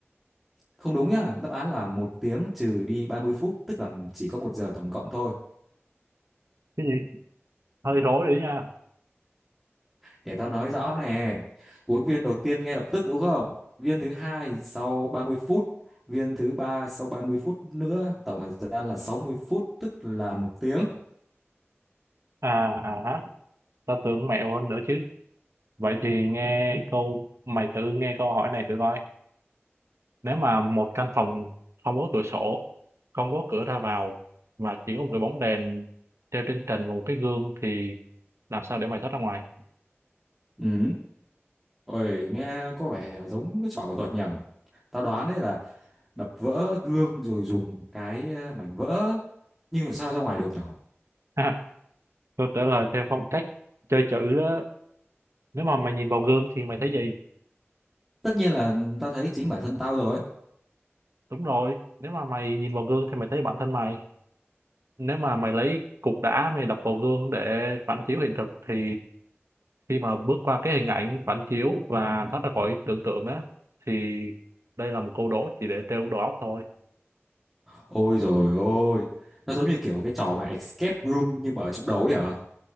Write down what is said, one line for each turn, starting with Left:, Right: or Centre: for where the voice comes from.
Centre: không đúng nhá đáp án là một tiếng trừ đi ba mươi phút tức là chỉ có một giờ tổng cộng thôi
Right: cái gì hơi rối đấy nha
Centre: Để tao nói rõ nè. Uống viên đầu tiên ngay lập tức đúng không? Viên thứ hai sau 30 phút, viên thứ ba sau 30 phút nữa, tổng thời gian là 60 phút tức là một tiếng.
Right: à à ha ta tưởng mẹo hơn nữa chứ vậy thì nghe câu mày thử nghe câu hỏi này thử coi nếu mà một căn phòng không có cửa sổ không có cửa ra vào mà chỉ có một cái bóng đèn treo trên trần và một cái gương thì làm sao để mày thoát ra ngoài
Centre: Ừ. Ôi, nghe có vẻ giống cái trò ảo thuật nhở. Tao đoán đấy là đập vỡ gương rồi dùng cái ờ, mảnh vỡ. Nhưng mà sao ra ngoài được nhở?
Right: ha câu trả lời theo phong cách chơi chữ đó nếu mà mày nhìn vào gương thì mày thấy gì
Centre: Tất nhiên là tao thấy chính bản thân tao rồi.
Right: đúng rồi nếu mà mày nhìn vào gương thì mày thấy bản thân mày nếu mà mày lấy cục đá mày đập vào gương để phản chiếu hiện thực thì khi mà bước qua cái hình ảnh phản chiếu và thoát ra khỏi tưởng tượng á thì đây là một câu đố chỉ để trêu đầu óc thôi
Centre: Ôi rồi ôi, nó giống như kiểu cái trò mà escape room nhưng mà ở trong đầu ấy hả?